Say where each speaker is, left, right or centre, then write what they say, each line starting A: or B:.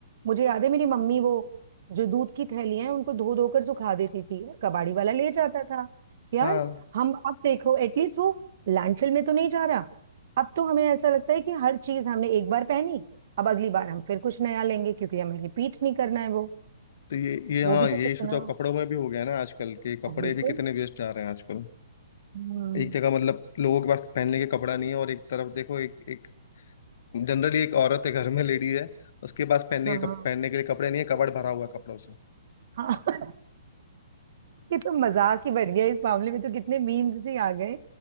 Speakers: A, on the right (about 55°); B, on the left (about 55°).
A: मुझे याद है मेरी मम्मी वो जो दूध की थैलियां हैं उनको धो धोकर सुखा देती थी कबाड़ी वाला ले जाता था यार
B: <laughs> हाँ
A: हम अब देखो एटलीस्ट वो लैंडफिल में तो नहीं जा रहा अब तो हमें ऐसा लगता है कि हर चीज हमने एक बार पहनी अब अगली बार हम फिर कुछ नया लेंगे क्योंकि हमें रिपीट नहीं करना है वो
B: तो ये ये हाँ
A: वो भी तो
B: ये
A: कितना
B: इशू तो अब कपड़ों में भी हो गया है ना आजकल के कपड़े
A: हाँ, बिल्कुल
B: भी कितने वेस्ट जा रहे हैं आजकल
A: हम्म,
B: एक जगह मतलब लोगों के पास पहनने के कपड़ा नहीं है और एक तरफ देखो एक एक जनरली एक औरत है घर में लेडी है उसके पास पहनने
A: हाँ
B: के कप- पहनने के लिए कपड़े नहीं है कबाड़ भरा हुआ है कपड़ों से
A: हाँ <laughs> ये तो मजाक ही बन गया इस मामले में तो कितने मीम्स ही आ गए